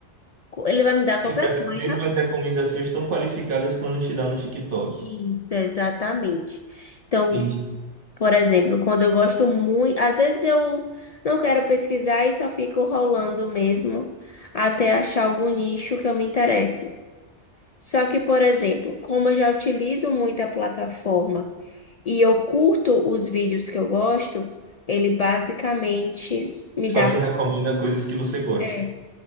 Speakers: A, on the left; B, on the right.
A: ele vai me dar qualquer
B: Essas
A: coisa.
B: mesmas recomendações tão qualificadas quando te dá no TikTok.
A: Isso, exatamente. Então,
B: Entendi.
A: por exemplo, quando eu gosto muito, às vezes eu não quero pesquisar e só fico rolando mesmo até achar algum nicho que eu me interesse. Só que, por exemplo, como eu já utilizo muito a plataforma e eu curto os vídeos que eu gosto, ele basicamente me
B: Só
A: dá.
B: te recomenda coisas que você gosta.
A: é,